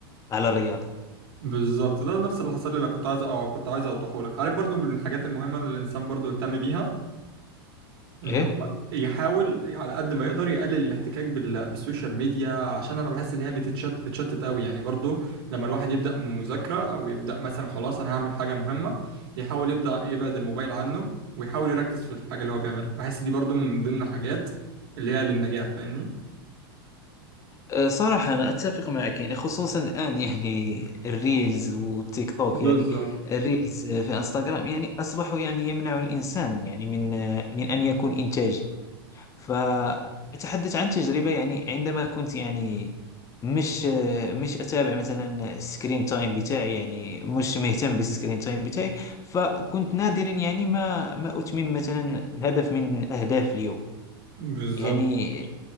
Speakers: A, on the left; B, on the right.
A: على الرياضة
B: بالظبط ده نفس اللي حصل لي اللي كنت عايز او كنت عايز اوضحه لك عارف برضو من الحاجات المهمة اللي الانسان برضو يهتم بيها ان
A: إيه
B: هو يحاول على قد ما يقدر يقلل الاحتكاك بال- بالسوشيال ميديا عشان انا بحس ان هي بتتشت بتشتت قوي يعني برضو لما الواحد يبدا مذاكره او يبدا مثلا خلاص انا هعمل حاجه مهمه يحاول يبدا يبعد الموبايل عنه ويحاول يركز في الحاجه اللي هو بيعملها بحس دي برضو من ضمن الحاجات اللي هي للنجاح فاهمني
A: أه، صراحة أنا أتفق معك يعني خصوصا الآن يعني الريلز والتيك توك
B: بالظبط
A: يعني الريلز أه، في انستغرام يعني أصبحوا يعني يمنع الإنسان يعني من أه، من أن يكون إنتاجي فأتحدث عن تجربة يعني عندما كنت يعني مش أه، مش أتابع مثلا السكرين تايم بتاعي يعني مش مهتم بالسكرين تايم بتاعي فكنت نادرا يعني ما ما أتمم مثلا هدف من أهداف اليوم
B: بالظبط
A: يعني